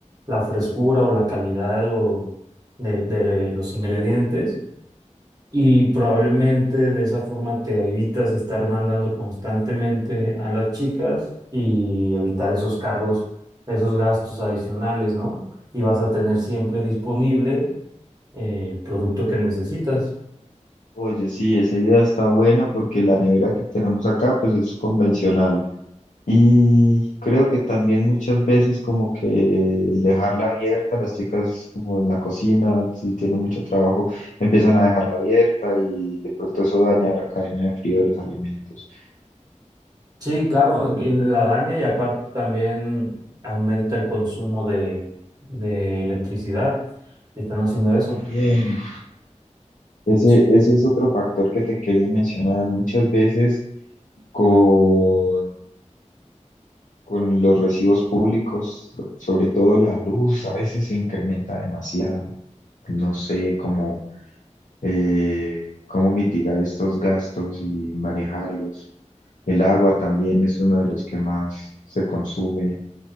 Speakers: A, on the right (about 30°); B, on the left (about 80°).
A: la frescura o la calidad o de, de los ingredientes. Y probablemente de esa forma te evitas estar mandando constantemente a las chicas y evitar esos cargos, esos gastos adicionales, ¿no? Y vas a tener siempre disponible eh, el producto que necesitas.
B: Oye, sí, esa idea está buena porque la nevera que tenemos acá pues es convencional. Y creo que también muchas veces como que el dejarla abierta, las chicas como en la cocina, si tienen mucho trabajo, empiezan a dejarla abierta y de pronto eso daña la cadena de frío de los alimentos.
A: Sí, claro, y la daña y aparte también aumenta el consumo de, de electricidad si están haciendo eso.
B: Bien. Ese,
A: Ch-
B: ese es otro factor que te quería mencionar. Muchas veces con, con los recibos públicos, sobre todo la luz, a veces se incrementa demasiado. No sé, cómo eh, cómo mitigar estos gastos y manejarlos. El agua también es uno de los que más se consume,